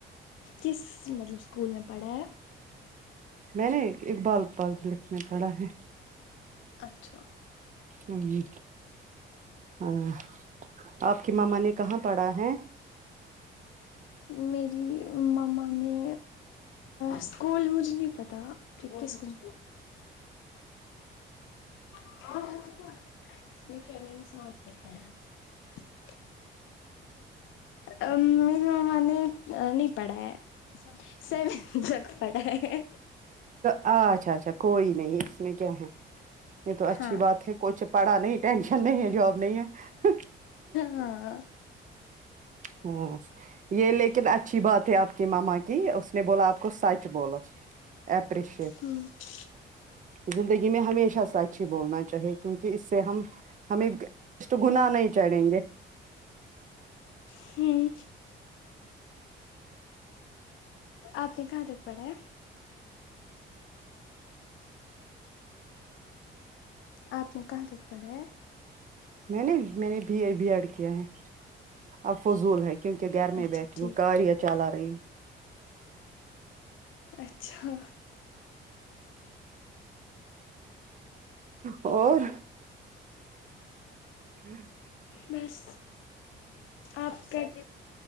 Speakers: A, on the left; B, on the right.
A: کس مطلب اسکول میں پڑھا ہے
B: میں نے اقبال پبلکھ میں پڑھا ہے
A: اچھا
B: ہمم ہاں آپ کی ماما نے کہاں پڑھا ہے
A: میری مما نے اسکول مجھے نہیں پتا کی کس سکول <unintelligible> آ میری مما نے نہیں پڑھا ہے سیون تک پڑھا ہے
B: اچھا اچھا کوئی نہیں اس میں کیا ہے یے تو اچھی
A: ہاں
B: بات ہے کچھ پڑھا نہیں ٹینشن نہیں ہے جاب نہیں ہے
A: ہاں
B: ہاں یے لیکن اچھی بات ہے آپ کی ماما کی اس نے بولا آپ کو سچ بولو ایپریشیٹ
A: ہ
B: زندگی میں ہمیشہ سچ ہی بولنا چاہیے کیونکی اس سے ہم ہمیں اس تو گنا نہیں چڑھیں گے
A: ہمم آپ نے کہاں تک پڑھا ہے آپ نے کہاں تک پڑھا ہے
B: میں نے میں نے بی اے بی ایڈ کیا ہے اب فضول ہے کیونکہ گھر میں
A: اچھا
B: بیٹھی
A: ٹھیک
B: ہوں کاریا چلا رہی
A: اچھا
B: اور ہ
A: بس آپ کا